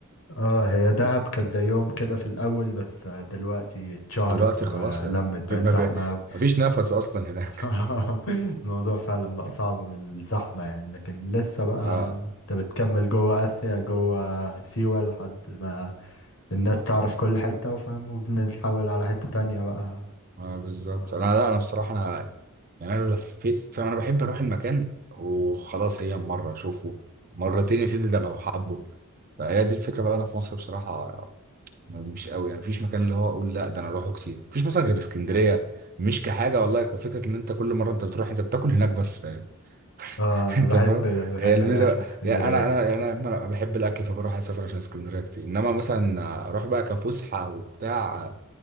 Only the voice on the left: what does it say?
اه هي دهب كانت زي يوم كده في الاول بس آه، دلوقتي اتشهرت
ولمت
بقت زحمة
قوي
<laughs> الموضوع فعلا بقى
صعب من الزحمة يعني لكن لسه بقى
انت بتكمل جوه اسيا جوه سيوة لحد ما الناس تعرف كل حتة وفاهم وبنتحول على حتة تانية بقى
تبقى
أحلى.
اه انا
بحب
بحب
الاكل في اسكندرية
جدا